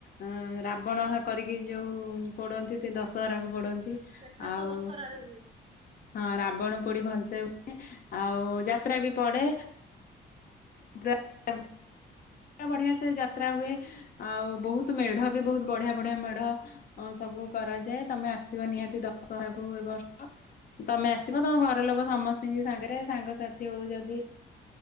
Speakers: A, on the left (about 50°); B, on the right (about 30°).
A: ଉଂ ରାବଣ କରିକି ଯୋଉ ପଡ଼ନ୍ତି ସେ ଦଶହରାକୁ ପୋଡନ୍ତି
B: ସେଟା
A: ଆଉ
B: ତ ଦଶହରାରେ ହୁଏ।
A: ହଁ ରାବଣ ପୋଡି ଭଲସେ ହୁଏ। ଆଉ ଯାତ୍ରା ବି ପଡେ। ପୁରା ବଢିଆ ସେ ଯାତ୍ରା ହୁଏ ଆଉ ବହୁତ ମେଢ ବି ବହୁତ ବଢିଆ ବଢିଆ ମେଢ ସବୁ କରାଯାଏ। ତମେ ଆସିବ ନିହାତି ଦଶହରାକୁ ଏ ବର୍ଷ ତମେ ଆସିବ ତମ ଘର ଲୋକ ସମସ୍ତଙ୍କ ସାଙ୍ଗରେ ସାଙ୍ଗସାଥି ହଉ ଯଦି